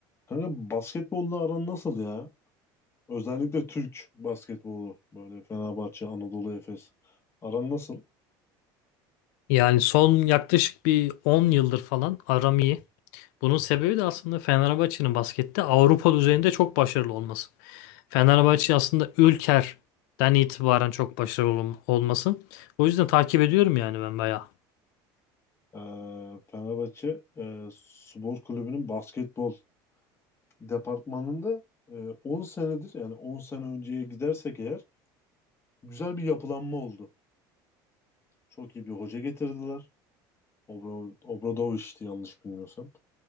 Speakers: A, on the left; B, on the left.
A: Kanka basketbolla aran nasıl ya? Özellikle Türk basketbolu böyle Fenerbahçe, Anadolu Efes. Aran nasıl?
B: Yani son yaklaşık bir 10 yıldır falan aram iyi. Bunun sebebi de aslında Fenerbahçe'nin baskette Avrupa düzeyinde çok başarılı olması. Fenerbahçe aslında Ülker'den itibaren çok başarılı ol- olması. O yüzden takip ediyorum yani ben bayağı.
A: Ee, Fenerbahçe e, Spor Kulübü'nün basketbol departmanında e, 10 senedir yani 10 sene önceye gidersek eğer güzel bir yapılanma oldu. Çok iyi bir hoca getirdiler. Obra, Obradoviç'ti yanlış bilmiyorsam.